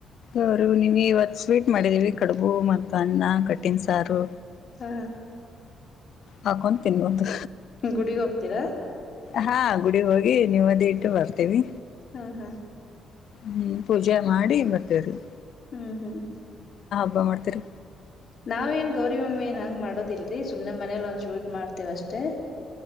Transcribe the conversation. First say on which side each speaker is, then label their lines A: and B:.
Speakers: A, on the left; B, on the left.
A: ಅವರು ನೀವ್ ಇವತ್ ಸ್ವೀಟ್ ಮಾಡಿದೀವಿ ಕಡುಬು ಮತ್ತು ಅನ್ನ ಕಟ್ಟಿನ್ ಸಾರು
B: ಹ್ಮ
A: ಹಕೊಂಡ ತಿನ್ನುವದು
B: ಗುಡಿಗೆ ಹೋಗ್ತೀರಾ
A: ಹಾ ಗುಡಿ ಹೋಗಿ ನಿವುದೇ ಇಟ್ಟು ಬರ್ತೇವಿ
B: ಹ್ಮ್ ಹ್ಮ್
A: ಹ್ಮ್ ಪೂಜೆ ಮಾಡಿ ಬರ್ತೇವ್ರೀ
B: ಹ್ಮ್ ಹ್ಮ್
A: ಹಬ ಮಾಡ್ತೀರಿ
B: ನಾವ್ ಏನ್ ಗೌರಿ ಹಣ್ಣಿ ಏ ಹಂಗ್ ಮಾಡೋದಿಲ್ರಿ ಸುಮ್ನೆ ಮನೇಲ್ ಒ ಚೂಟ್ ಮಾಡ್ತೇವ ಅಷ್ಟೇ